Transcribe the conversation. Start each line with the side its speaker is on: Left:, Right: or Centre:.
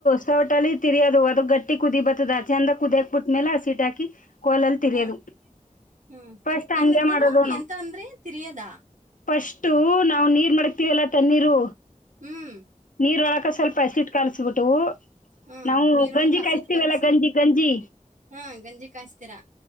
Left: ಸೌಟಲ್ಲಿ ತ ತಿರಿಯೋದು ಅದ ಗಟ್ಟ ಕುದಿ ಬತ್ತತದ ಆ ಚಂದ ಕುದಿಯಾಕ್ಬಿಟ್ಟು ನೆಲಾಸಿಟಾಕಿ ಕೋಲಲ್ಲಿ ತಿರಯೋದು
Right: ಹಾಂ. ಹಾಂ. ತಿರ್
Left: ಫಸ್ಟ್
Right: ಏನಂತದು?
Left: ಹಂಗೆ ಮಾಡೋದು ನ
Right: ಎಂತ ಅಂದ್ರಿ? ತಿರ್ಯೋದಾ?
Left: ಫಸ್ಟ್ ನಾವು ನೀರ್ ಮಾಡಕ್ತೀವಲ್ಲ ತಣ್ಣಿರು
Right: ಹ್ಮ್.
Left: ನೀರ್ ಒಳ ಕ್ಕ ಸ್ವಲ್ಪ ಅಸಿಟ್ ಕಾಣಿಸಸ್ಬಿಟ್ಟು
Right: ಹಾಂ.
Left: ನಾವು
Right: ನೀರೊಳಕ್ಕೆ
Left: ಗಂಜಿ
Right: ಹಸಿಟ್ಟು
Left: ಕಾಯಸ್ತೀವಲ್ಲಾ
Right: ಕಲಸಿ
Left: ಗಂಜಿ ಗಂಜಿ
Right: ಹಾಂ ಗಂಜಿ ಕಾಯಿಸ್ತೀರಾ?